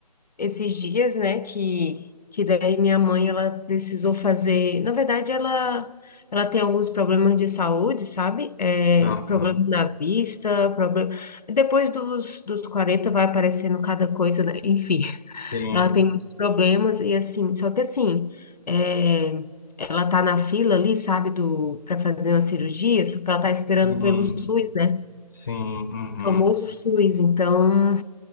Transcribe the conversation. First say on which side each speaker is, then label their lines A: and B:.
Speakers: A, on the left; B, on the left.
A: esses dias, né, que, que daí minha mãe, ela precisou fazer, na verdade, ela, ela tem alguns problemas de saúde, sabe? É,
B: Aham.
A: problema na vista, problema... Depois dos, dos 40 vai aparecendo cada coisa, né? Enfim, <laughs>
B: Sim,
A: ela tem muitos problemas e assim, só que assim, é, ela tá na fila ali, sabe, do, para fazer uma cirurgia, só que ela tá esperando
B: sim,
A: pelo SUS, né?
B: sim, uhum.
A: Famoso SUS, então